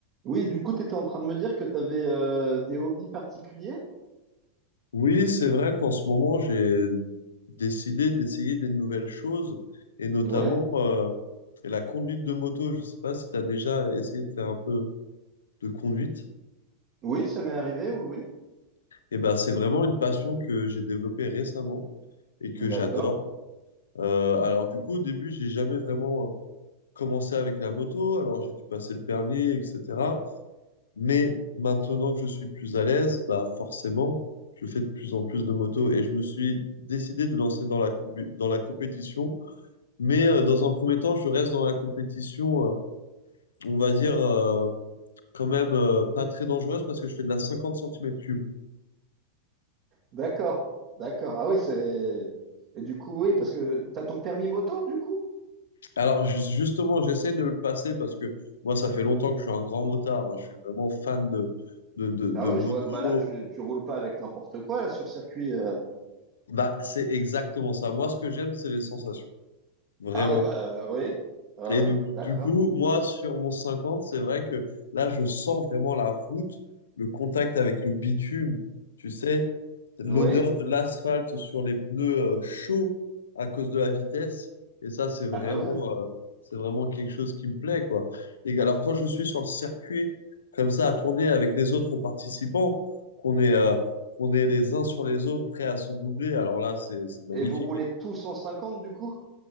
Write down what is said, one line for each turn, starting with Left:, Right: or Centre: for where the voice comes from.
Right: Oui, du coup, tu étais en train de me dire que tu avais des hobbies particuliers?
Left: Oui, c'est vrai qu'en ce moment, j'ai décidé d'essayer des nouvelles choses et notamment
Right: Ouais.
Left: euh, la conduite de moto. Je sais pas si tu as déjà essayé de faire un peu de conduite.
Right: Oui, ça m'est arrivé, oui, oui.
Left: Et ben, c'est vraiment une passion que j'ai développée récemment et que
Right: D'accord.
Left: j'adore. Euh, alors du coup, au début, j'ai jamais vraiment euh, commencé avec la moto. Alors j'ai dû passer le permis, etc. Mais maintenant que je suis plus à l'aise, bah forcément, je fais de plus en plus de motos et je me suis décidé de lancer dans la, compu- dans la compétition. Mais euh, dans un premier temps, je reste dans la compétition, euh, on va dire, euh, quand même euh, pas très dangereuse parce que je fais de la 50 centimètres cubes.
Right: D'accord. D'accord. Ah oui, c'est. Et du coup, oui, parce que tu as ton permis moto, du coup?
Left: Alors ju- justement, j'essaie de le passer parce que moi, ça fait longtemps que je suis un grand motard. hein. Je suis vraiment fan de, de, de, de
Right: Ah oui,
Left: moto.
Right: je vois, bah là, tu, tu roules pas avec n'importe quoi, là, sur circuit. euh.
Left: Bah, c'est exactement ça. Moi, ce que j'aime, c'est les sensations. Vraiment.
Right: Ah oui, bah euh, oui. Ah
Left: Et
Right: ouais,
Left: du,
Right: d'accord.
Left: du coup, moi, sur mon 50, c'est vrai que là, je sens vraiment la route, le contact avec le bitume, tu sais, l'odeur
Right: Oui.
Left: de l'asphalte sur les pneus euh, chauds à cause de la vitesse. Et ça, c'est vraiment,
Right: Ah bah oui.
Left: euh, c'est vraiment quelque chose qui me plaît, quoi. Et alors, quand je suis sur le circuit, comme ça, à tourner avec les autres participants, qu'on est, euh, qu'on est les uns sur les autres, prêts à se doubler, alors là, c'est, c'est magnifique.
Right: Et vous roulez tous 150, du coup?